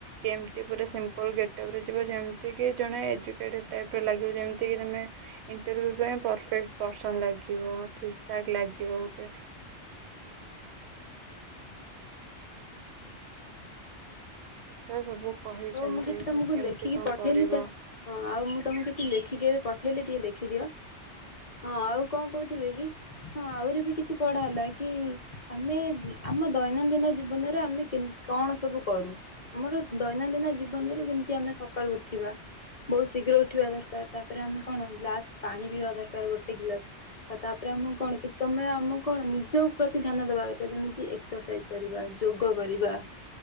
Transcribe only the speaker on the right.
କେମିତି ପୁରା ସିମ୍ପଲ୍ ଗେଟଅପରେ ଯିବ ଯେମତିକି ଜଣେ ଏଜୁକେଟେଡ଼ ଟାଇପର ଲାଗିବ ଯେମତିକି ତମେ ଇଣ୍ଟରଭିୟୁ ପାଇଁ ପରଫେକ୍ଟ ପର୍ସନ ଲାଗିବ ଠିକ ଠାକ୍ ଲାଗିବ ଗୋଟେ ତ ସବୁ କହିଛନ୍ତି
କେମିତି
କଣ
କରିବ